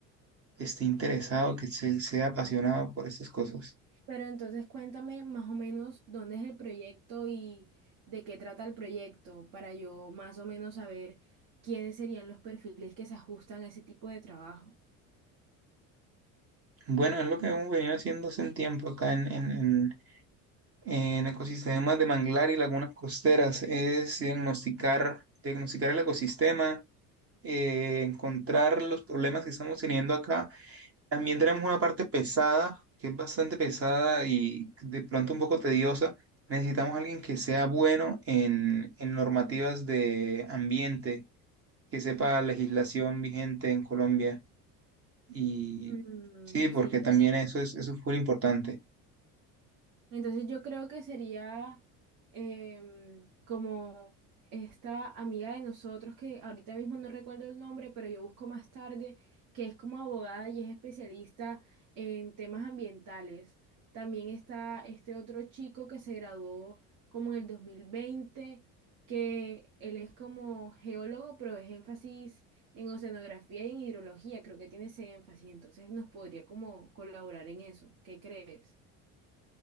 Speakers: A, on the right; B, on the right.
A: esté interesado, que se, sea apasionado por estas cosas.
B: Pero entonces cuéntame más o menos dónde es el proyecto y de qué trata el proyecto para yo más o menos saber quiénes serían los perfiles que se ajustan a ese tipo de trabajo.
A: Bueno, es lo que hemos venido haciendo hace un tiempo acá en, en, en- en ecosistemas de manglar y lagunas costeras, es diagnosticar, diagnosticar el ecosistema, eh, encontrar los problemas que estamos teniendo acá También tenemos una parte pesada, que es bastante pesada y de pronto un poco tediosa. Necesitamos a alguien que sea bueno en, en normativas de ambiente, que sepa legislación vigente en Colombia. Y
B: Mm,
A: sí, porque
B: sí,
A: también
B: ok.
A: eso es, eso es muy importante.
B: Entonces yo creo que sería em, como esta amiga de nosotros que ahorita mismo no recuerdo el nombre, pero yo busco más tarde, que es como abogada y es especialista en temas ambientales. También está este otro chico que se graduó como en el dos mil veinte que él es como geólogo, pero es énfasis en oceanografía y en hidrología, creo que tiene ese énfasis, entonces nos podría como colaborar en eso. ¿Qué crees?